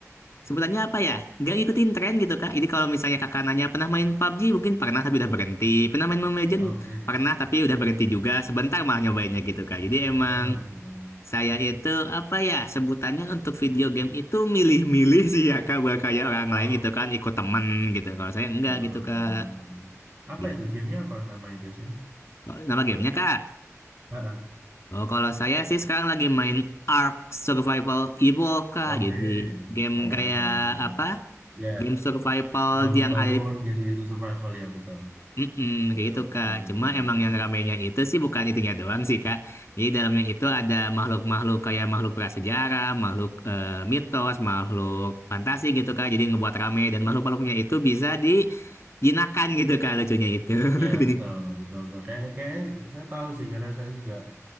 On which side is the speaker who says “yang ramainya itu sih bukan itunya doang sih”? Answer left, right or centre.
Left